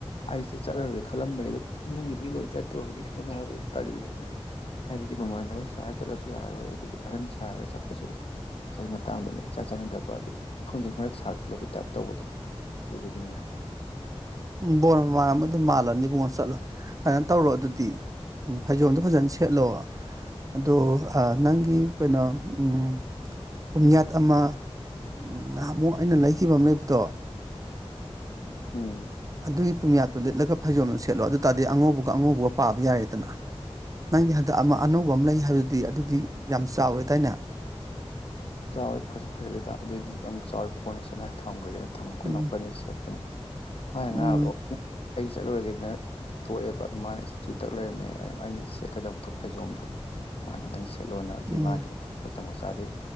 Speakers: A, on the left (about 60°); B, on the right (about 30°).
A: ꯑꯩꯁꯦ ꯆꯠꯂꯔꯣꯏꯒꯦ ꯈꯜꯂꯝꯕꯅꯦ ꯑꯗꯣ ꯏꯃꯨꯡꯒꯤ ꯃꯤ ꯂꯣꯏ ꯆꯠꯇꯨꯔꯕꯅꯤ ꯏꯊꯟꯗ ꯉꯥꯏꯍꯧꯕꯗꯣ ꯇꯜꯂꯦꯅ ꯍꯥꯏꯕꯗꯤ ꯃꯃꯥꯟꯅꯕ ꯁꯥꯔ ꯆꯠꯂꯁꯨ ꯌꯥꯔꯔꯣꯏ ꯑꯗꯒꯤ ꯑꯍꯟ ꯁꯥꯔꯒ ꯆꯠꯄꯁꯨ ꯆꯍꯤ ꯃꯇꯥꯡꯗꯨ ꯏꯆꯥ ꯆꯥꯟꯅꯗꯕ ꯑꯗꯒꯤ ꯈꯪꯗꯦ ꯃꯔꯛ ꯁꯥꯔꯛꯇꯥ ꯂꯩꯕ ꯇꯥꯏꯞ ꯇꯧꯕꯗꯣ ꯑꯗꯨꯗꯨꯒꯤꯅꯤꯗ
B: ꯎꯝ ꯕꯣꯔ ꯃꯃꯥꯟꯅꯕ ꯑꯗꯨꯝ ꯃꯥꯜꯂꯅꯤꯕꯨꯡꯉꯣ ꯆꯠꯂꯣ ꯀꯩꯅꯣ ꯇꯧꯔꯣ ꯑꯗꯨꯗꯤ ꯎꯝ ꯐꯩꯖꯣꯝꯗꯣ ꯐꯖꯅ ꯁꯦꯠꯂꯣ ꯑꯗꯣ ꯑꯥ ꯅꯪꯒꯤ ꯀꯩꯅꯣ ꯎꯝ ꯄꯨꯝꯌꯥꯠ ꯑꯃ ꯎꯝ ꯉꯍꯥꯃꯨꯛ ꯑꯩꯅ ꯂꯩꯈꯤꯕ ꯑꯃ ꯂꯩꯕꯗꯣ
A: ꯎꯝ
B: ꯑꯗꯨꯒꯤ ꯄꯨꯌꯥꯠꯇꯣ ꯂꯤꯠꯂꯒꯥ ꯐꯩꯖꯣꯝ ꯁꯦꯠꯂꯣ ꯑꯗꯨ ꯇꯥꯔꯗꯤ ꯑꯉꯧꯕꯒ ꯑꯉꯧꯕꯒ ꯄꯥꯕ ꯌꯥꯏꯔꯦꯗꯅ ꯅꯪꯒꯤ ꯍꯟꯗꯛ ꯑꯃ ꯑꯅꯧꯕ ꯑꯃ ꯂꯩ ꯍꯥꯏꯕꯗꯨꯗꯤ ꯑꯗꯨꯗꯤ ꯌꯥꯝ ꯆꯥꯎꯋꯦꯗꯥꯏꯅꯦ
A: ꯆꯥꯎꯋꯦ ꯐꯖꯨ ꯐꯖꯗꯦꯗ ꯑꯗꯨꯗꯤ ꯌꯥꯝ ꯆꯥꯎꯋꯦ ꯀꯣꯟꯅ ꯁꯦꯠꯅꯉꯥꯏ ꯊꯝꯒ꯭ꯔꯥꯒꯦꯗ ꯊꯝꯒꯔꯦ ꯑꯩꯈꯣꯏ
B: ꯎꯝ
A: ꯏꯅꯥꯎꯄꯗꯒꯤ ꯁꯦꯠꯄꯅꯤ ꯃꯥꯅ
B: ꯎꯝ
A: ꯉꯔꯥꯡ ꯂꯣꯏꯅ ꯑꯩ ꯆꯠꯂꯨꯔꯒꯦꯅ ꯊꯣꯑꯦꯕ ꯑꯗꯨ ꯃꯥꯅ ꯏꯁꯇ꯭ꯔꯤ ꯇꯛ ꯂꯩꯔꯝꯃꯦ ꯑꯩꯅ ꯁꯦꯠꯀꯗꯕꯗꯣ ꯐꯩꯖꯣꯝꯗꯣ ꯃꯥꯅ ꯅꯪ <unintelligible> ꯂꯣꯅ ꯑꯗꯨ
B: ꯎꯝ
A: ꯃꯥꯒꯤ ꯑꯈꯣꯏ ꯇꯃꯣꯆꯥꯗꯤ